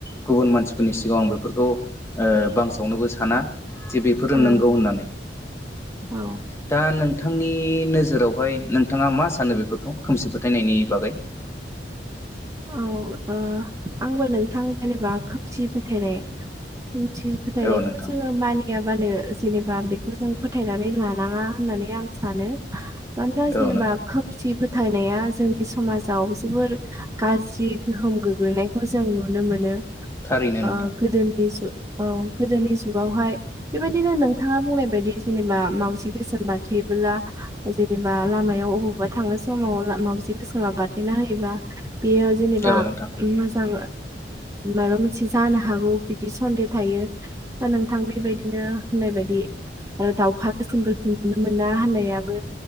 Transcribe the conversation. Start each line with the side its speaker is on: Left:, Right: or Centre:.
Left: गुबुन मानसि फोरनि सिगाङाव आं बेफोरखौ ओ बांसावनो बो साना जे बेफोरो
Right: औ
Left: नंगौ होननानै।
Right: औ
Left: दा नों थांनि नोजोरावहाय नोंथाङा मा सानो बेफोरखौ खोमसि फोथायनायनि बागै?
Right: औ ओ आंबो नोंथां जेनेबा खोमसि फोथायनाय खोमसि फोथायनायखौ
Left: औ नोंथां
Right: जोङो मानियाबानो जेनो बा बेखौ जों फोथायनानै लानाङा होननानै आं सानो मानोना
Left: औ
Right: जनेबा
Left: नोंथां
Right: खोमसि फोथायनाया जोंनि समाजाव जोबोर गाज्रि गोहोम गोग्लैनायखौ जों नुनो मोनो।
Left: थारैनो नोंथां
Right: ओ गोदोनि जु औ गोदोनि जुगावहाय बेबायदिनो नोंथाङा बुंनाय बायदि जेनेबा मावजि गोसोम बारथेबोला जेनेबा लामायाव अबावबा थांनो समाव मावजि गोसोमा बारथेना होयोबा बेयो जेनेबा
Left: औ नोंथां
Right: मोजां मायबा मोनसे जानो हागौ बिदि सन्दे थायो। दा नोंथां बेबायदिनो होननाय बायदि आरो दाउखा गोसोमफोरखौ नुनो मोना होननायाबो